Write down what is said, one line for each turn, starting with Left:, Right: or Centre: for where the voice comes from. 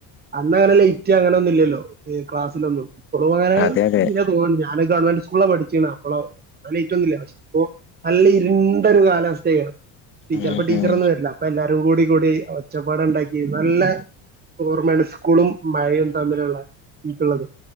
Right: അന്ന് അങ്ങനെ ലേറ്റ് അങ്ങനെ ഒന്നും ഇല്ലല്ലോ ക്ലാസ്സിലൊന്നും അളും അങ്ങനെ
Left: അതെ അതെ
Right: ഇന്നെ തോന്നുന്നു ഞാൻ ഗവൺമെന്റ് സ്കൂള പഠിച്ച അപ്പോള നല്ല ഏറ്റൊന്നില്ല പക്ഷെ അപ്പോ നല്ല ഇരുണ്ടൊ ഒരു കാലാവസ്ഥയരുന്നു ടച്ചർപ്പൊ
Left: ഉം
Right: ടീച്ചറൊന്നും
Left: ഉം
Right: വരില്ല അപ്പൊ എല്ലാരും കൂടി കൂടി ഒച്ചപ്പാടം ഉണ്ടാക്കി നല്ല ർമ സ്കൂളും മഴയും തമ്മിലുള്ള എനിക്കുള്ളത്